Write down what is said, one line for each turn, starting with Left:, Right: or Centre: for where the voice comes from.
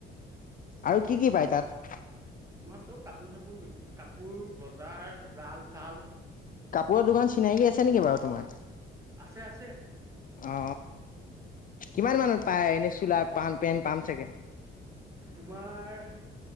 Left: আৰু কি কি পায় তাত?
Right: তোমাৰ চব কাপোৰ চাপোৰ কাপোৰ বজাৰ জাল চাল
Left: কাপোৰৰ দোকান চিনাকি আছে নেকি বাৰু তোমাৰ?
Right: আছে আছে।
Left: অ কিমান মানত পাই এনেই চোলা পাম পেণ্ট পাম চাগে।
Right: তোমাৰ?